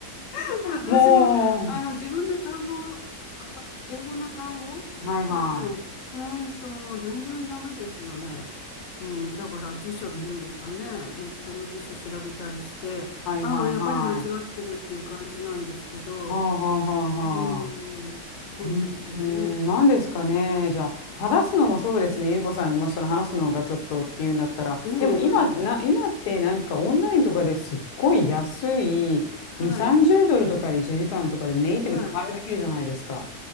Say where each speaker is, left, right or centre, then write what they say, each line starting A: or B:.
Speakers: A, on the left; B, on the left.
A: <laughs> 私も、
B: もう。
A: あの、自分で単語を、か英語の単語、
B: はいはい。
A: あの、ほんともう全然ダメですよね。うん、だから辞書っていうんですかね。
B: うん
A: ネットの辞書調べたりして、
B: はいはいはい。
A: あ、もうやっぱり間違ってるっていう感じなんですけど、
B: はあはあはあはあ。
A: うん、そうですけどね。
B: うんうん、何ですかね。じゃあ、話すのもそうですね。ゆうこさんがもしその話すのがちょっとっていうんだったら、
A: ええ、
B: でも今、な、今ってなんかオンラインとかですっごい安い2、
A: はい、
B: 30ドルとかで1時間とかでもネイティブで会話できるじゃないですか。
A: はい。